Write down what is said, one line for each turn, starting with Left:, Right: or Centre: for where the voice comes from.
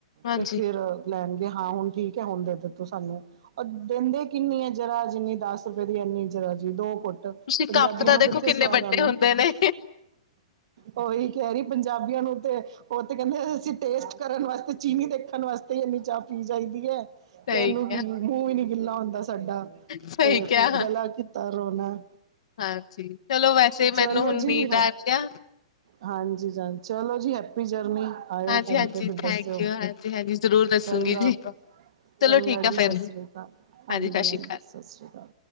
Left: ਹਾਂਜੀ
Right: ਤੇ ਫਿਰ ਲੈਣਗੇ ਹਾਂ ਹੁਣ ਠੀਕ ਹੈ ਹੁਣ ਦੇ ਦਿੱ ਤੋ ਸਾਨੂੰ ਉਹ ਦਿੰਦੇ ਕਿੰਨੀ ਹੈ ਜਰਾ ਜਿੰਨੀ ਦਸ ਰੁਪਏ ਦੀ ਇੰਨੀ ਜਰਾ ਜ ਦੋ ਕੁੁੱਟ
Left: ਤੁਸੀਂ
Right: ਪੰਜਾਬੀਆਂ
Left: ਕੱਪ ਤਾਂ
Right: ਨੂੰ
Left: ਦੇਖੋ
Right: ਕਿੱਥੇ
Left: ਕਿੰਨੇ
Right: ਸਵਾਦ
Left: ਵੱਡੇ
Right: ਆਉਨਾ
Left: ਹੁੰਦੇ ਨੇ।
Right: ਉਹੀ ਕਹਿਰੀ ਪੰਜਾਬੀਆਂ ਨੂੰ ਤੇ ਉਹ ਤੇ ਕਹਿੰਦੇ ਅਸੀਂ ਟੇਸਟ ਕਰਨ ਵਾਸਤੇ ਚੀਨੀ ਦੇਖਣ ਵਾਸਤੇ ਤੇ ਇੰਨੀ ਚਾਹ ਪੀ ਚਾਹੀਦੀ ਹੈ
Left: ਸਹੀ
Right: ਤੇ ਇਹਨੂੰ
Left: ਕਿਹਾ,
Right: ਕੀ ਮੂੰਹ ਵੀ ਨੀ ਗਿੱਲਾ ਹੁੰਦਾ ਸਾਡਾ
Left: ਸਹੀ
Right: ਤੇ
Left: ਕਿਹਾ
Right: ਗਲਾ ਕੀਤਾ ਰੋਣਾ
Left: ਹਾਂਜੀ ਚਲੋ ਵੈਸੇ
Right: ਚਲੋ
Left: ਮੈਨੂੰ ਹੁਣ
Right: ਜੀ
Left: ਨੀਂਦ
Right: ਹੈ
Left: ਆ ਰਹੀ ਆ
Right: ਹਾਂਜੀ ਚਲੋ ਜੀ ਹੈਪੀ ਜਰਨੀ ਆਇਓ
Left: ਹਾਂਜੀ-ਹਾਂਜੀ
Right: ਘੁੰਮ ਕੇ ਫਿਰ
Left: ਥੈਂਕ
Right: ਦੱਸਿਓ
Left: ਯੂ ਹਾਂਜੀ-ਹਾਂਜੀ ਜ਼ਰੂਰ ਦੱਸੂਗੀ
Right: ਚੰਗਾ
Left: ਜੀ।
Right: ਫ ਚੰਗਾ
Left: ਚਲੋ ਠੀਕ
Right: ਜੀ
Left: ਆ ਫੇਰ
Right: ਸਤਿ ਸ਼੍ਰੀ ਅਕਾਲ ਹਾਂਜੀ
Left: ਸਤਿ ਸ਼੍ਰੀ
Right: ਹਾਂਜੀ
Left: ਅਕਾਲ।
Right: ਸਤਿ ਸ਼੍ਰੀ ਅਕਾਲ